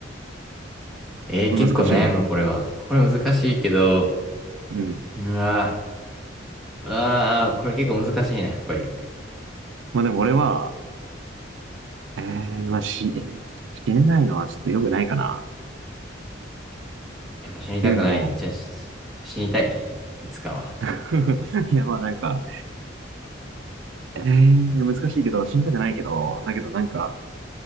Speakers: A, in the centre; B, on the right.
A: えー、
B: これ難しいね。
A: 結構悩む、これは。これ難しいけど、
B: うん。
A: うわー、あー、これ結構難しいな、やっぱり。
B: まあでも俺は、えー、まあ死ね、死ねないのはちょっと良くないかな。っ
A: やっぱ死にたくない。
B: ていうのも、
A: じゃあ、し死にたい。いつかは。
B: <laughs> いやまあなんか、えー、難しいけど、死にたくないけど、だけどなんか、